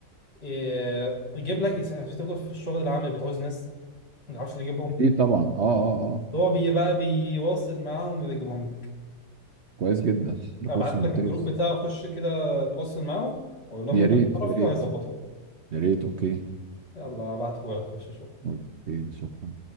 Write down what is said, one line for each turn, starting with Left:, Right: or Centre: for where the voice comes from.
Left: إيه، يجيب لك يس- عشان انت بتقول في الشغل العملي بتعوز ناس ما تعرفش تجيبهم
Right: اكيد طبعا اه اه اه
Left: هو بيبقى بيواصل معاهم وبيجيبهم لك
Right: كويس جدا ده
Left: ابعت
Right: كورس ممتاز
Left: لك الجروب بتاعه خش كده تواصل معاه وقول لهم
Right: يا
Left: انت
Right: ريت
Left: من طرفي
Right: يا ريت
Left: وهيظبطوه
Right: يا ريت اوكي
Left: يلا ابعته لك خش شوف
Right: اوكي شكرا